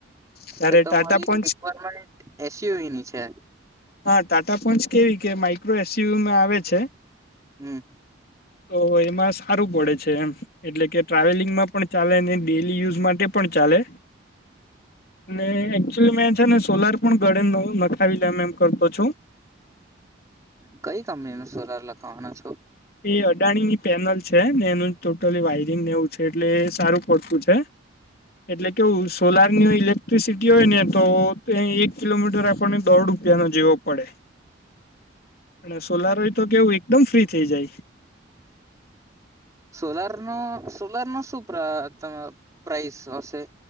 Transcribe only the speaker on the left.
ત્યારે
ટાટા
પંચ
હા ટાટા પંચ કેવી કે માઇક્રો એસયયુમાં આવે છે
તો એમાં સારું પડે છે એમ એટલે કે ટ્રાવેલિંગમાં પણ ચાલે ને ડેલી યુઝ માટે પણ ચાલે ને એકચુલી મેં છે ને સોલાર પણ ઘળે નવું નખાવી લેમ એમ કરતો છું
એ અડાણી ની પેનલ છે ને એનું ટોટલી વાયરિંગ નેવું છે એટલે એ સારું પડતું છે એટલે કેવું સોલારની ઇલેક્ટ્રિસિટી હોય ને તો તે એક કિલોમીટર આપણને દોડું રૂપિયા નો જેવુ પડે અને સોલાર તો કેવું એકદમ ફ્રી થઈ જાય